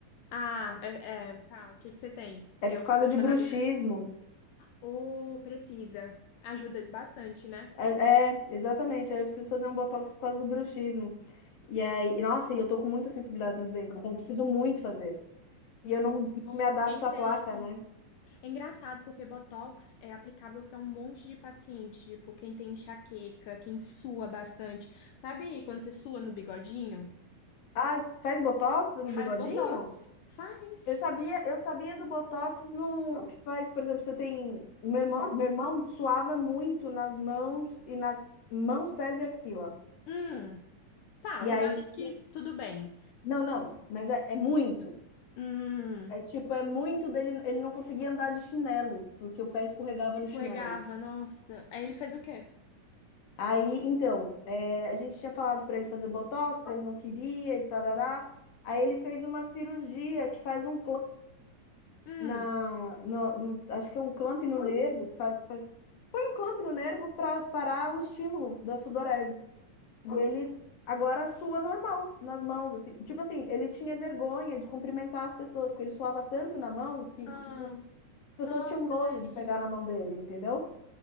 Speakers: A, on the left; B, on the left.
A: Ah, é, é, tá. O que que você tem?
B: É
A: Eu
B: por causa
A: fazendo
B: de bruxismo.
A: anamnese. Ô, precisa. Ajuda bastante, né?
B: É, é, exatamente. Aí eu preciso fazer um botox por causa do bruxismo. E aí, e, nossa, e eu tô com muita sensibilidade nos dentes, então eu preciso muito fazer.
A: Hum,
B: E eu não, não me adapto
A: Quem
B: à
A: tem.
B: placa, né?
A: É engraçado porque Botox é aplicável para um monte de paciente. Tipo, quem tem enxaqueca, quem sua bastante. Sabe quando você sua no bigodinho?
B: Ah, faz botox no
A: Faz
B: bigodinho?
A: Botox. Faz.
B: Eu sabia, eu sabia do Botox no que faz, por exemplo, você tem meu irmão, meu irmão suava muito nas mãos e na mãos, pés e axila.
A: Hum, tá.
B: E
A: Lugares
B: aí
A: que
B: tinha,
A: tudo bem.
B: não, não, mas é, é muito.
A: Hum,
B: É tipo, é muito dele, ele não conseguia andar de chinelo, porque o pé escorregava
A: escorregava,
B: no chinelo.
A: nossa. Aí ele fez o quê?
B: Aí, então, é, a gente tinha falado para ele fazer Botox, ele não queria e tarará. Aí ele fez uma cirurgia que faz um
A: Hum,
B: na, no, no- acho que é um clamp no nervo que faz, faz- põe um clamp no nervo para parar o estímulo da sudorese. E ele agora sua normal nas mãos, assim. Tipo assim, ele tinha vergonha de cumprimentar as pessoas, porque ele suava tanto na mão que,
A: ah,
B: tipo, as pessoas
A: nossa,
B: tinham nojo
A: tadinho.
B: de pegar na mão dele, entendeu?